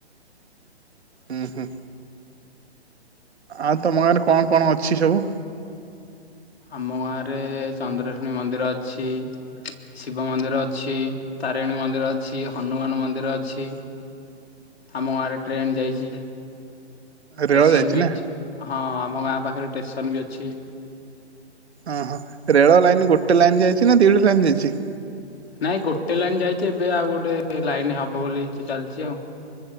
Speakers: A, on the right (about 75°); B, on the left (about 65°).
A: ଊ ହୁଁ। ଆଉ ତମ ଗାଁରେ କଣ, କଣ ଅଛି ସବୁ?
B: ଆମ ଗାଁରେ ଚନ୍ଦ୍ରଶଣୀ ମନ୍ଦିର ଅଛି ଶିବ ମନ୍ଦିର ଅଛି, ତାରିଣୀ ମନ୍ଦିର ଅଛି, ହନୁମାନ ମନ୍ଦିର ଅଛି ଆମ ଗାଁରେ ଟ୍ରେନ ଯାଇଛି
A: ରେଳ
B: ଷ୍ଟେସନ
A: ଯାଇଛି
B: ବି
A: ନା
B: ଅଛି, ହଁ ଆମ ଗାଁ ପାଖରେ ଷ୍ଟେସନ ବି ଅଛି।
A: ଓ ହୋ ରେଳ ଲାଇନ ଗୋଟେ ଲାଇନ ଯାଇଛି ନା ଦିଟା ଲାଇନ ଯାଇଛି?
B: ନାଇଁ ଗୋଟେ ଲାଇନ୍ ଯାଇଛି ଏବେ ଆଉ ଗୋଟେ ଲାଇନ୍ ହବ ବୋଲି ଚାଲିଛି ଆଉ